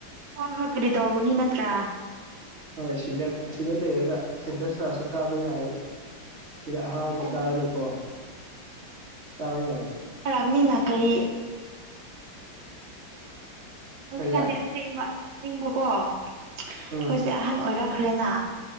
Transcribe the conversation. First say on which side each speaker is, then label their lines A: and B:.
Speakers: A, on the right (about 65°); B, on the right (about 35°).
A: ꯍꯣꯏ ꯍꯣꯏ ꯀꯔꯤ ꯇꯧꯔꯨꯅꯤ ꯅꯠꯇ꯭ꯔꯥ
B: ꯍꯣꯏ ꯁꯤꯗ ꯑꯁꯤꯗ ꯂꯩꯔꯒ ꯁꯦꯟꯇꯔ ꯆꯥꯁꯨ ꯀꯥꯕ ꯌꯥꯏ ꯁꯤꯗ ꯑꯍꯥꯎꯕ
A: ꯍꯧꯖꯤꯛꯀꯥꯟꯗꯤ
B: ꯆꯥꯔꯒꯀꯣ ꯆꯥꯕ ꯌꯥꯏꯑꯦꯕ
A: ꯔꯝꯅꯤ ꯅꯅꯥ ꯀꯔꯤ ꯍꯧꯖꯤꯛꯀꯥꯟꯗꯤ
B: ꯀꯔꯤ
A: ꯑꯁꯦꯡꯕ ꯑꯁꯦꯡꯕꯀꯣ ꯑꯩꯈꯣꯏꯁꯦ
B: ꯎꯝ
A: ꯑꯍꯟ ꯑꯣꯏꯔꯛꯈ꯭ꯔꯦꯅ